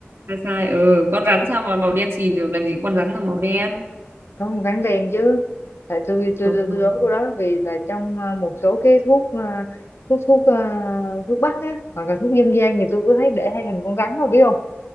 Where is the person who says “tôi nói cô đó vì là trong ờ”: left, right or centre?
Left